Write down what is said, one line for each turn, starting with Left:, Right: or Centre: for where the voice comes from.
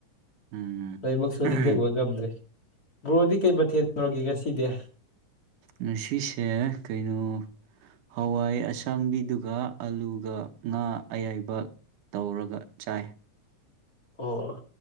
Right: ꯎꯝ
Left: ꯂꯣꯏꯃꯛꯁꯨ ꯅꯤꯡꯁꯤꯡꯕ
Right: ꯎꯝ
Left: ꯉꯝꯗ꯭ꯔꯦ ꯕ꯭ꯔꯣꯗꯤ ꯀꯩ ꯃꯊꯦꯜꯅꯨꯔꯒꯦ ꯉꯁꯤꯗꯤ
Right: ꯉꯁꯤꯁꯦ ꯀꯩꯅꯣ ꯍꯋꯥꯏ ꯑꯁꯥꯡꯕꯤꯗꯨꯒ ꯑꯂꯨꯒ ꯉꯥ ꯑꯌꯥꯏꯕ ꯇꯧꯔꯒ ꯆꯥꯏ
Left: ꯑꯣ